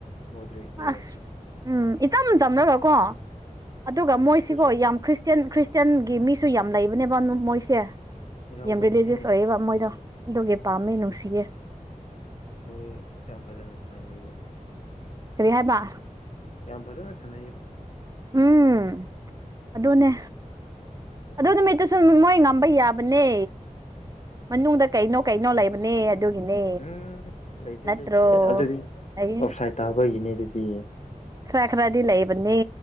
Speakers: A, on the left; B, on the right.
A: ꯃꯣꯗ꯭ꯔꯤꯛ ꯌꯦꯁ
B: ꯑꯁ ꯎꯝ ꯏꯆꯝ ꯆꯝꯅꯒ ꯀꯣ ꯑꯗꯨꯒ
A: ꯑꯁ
B: ꯃꯣꯏꯁꯤꯒꯣ
A: ꯑꯗꯨꯁꯨ
B: ꯌꯥꯝ ꯈ꯭ꯔꯤꯁꯇ ꯈ꯭ꯔꯤꯆꯟꯒꯤ ꯃꯤꯁꯨ ꯌꯥꯝ ꯂꯩꯕꯅꯦꯕ ꯃꯣꯏꯁꯦ
A: ꯌꯥꯎꯕꯅꯤꯍꯦ
B: ꯌꯥꯝ ꯔꯤꯂꯤꯖꯤꯁ ꯑꯣꯏꯌꯦꯕ ꯃꯣꯏꯗꯣ ꯑꯗꯨꯒꯤ ꯄꯥꯝꯃꯤ
A: ꯎꯝ
B: ꯅꯨꯡꯁꯤꯌꯦ
A: ꯃꯣꯏ ꯌꯥꯝ ꯐꯖꯅ ꯁꯥꯟꯅꯩ ꯑꯗꯨꯗꯤ
B: ꯔꯤꯍꯥꯏ ꯃꯥ
A: ꯌꯥꯝ ꯐꯖꯅ ꯁꯅ
B: ꯎꯝ ꯑꯗꯨꯅꯦ ꯑꯗꯨ ꯅꯨꯃꯤꯠꯇꯨꯁꯨ ꯃꯣꯏ ꯉꯝꯕ ꯌꯥꯕꯅꯦ ꯃꯅꯨꯡꯗ ꯀꯩꯅꯣ ꯀꯩꯅꯣ ꯂꯩꯕꯅꯦ ꯑꯗꯨꯒꯤꯅꯦ
A: ꯎꯝ ꯂꯩꯇꯦ
B: ꯅꯠꯇ꯭ꯔꯣ
A: ꯂꯩꯇꯦ ꯑꯗꯨꯗꯤ
B: ꯑꯩ
A: ꯑꯣꯞ ꯁꯥꯏꯠ ꯇꯥꯕꯒꯤꯅꯤ ꯑꯗꯨꯗꯤ
B: ꯁꯥꯈ꯭ꯔꯗꯤꯂꯕꯅꯤ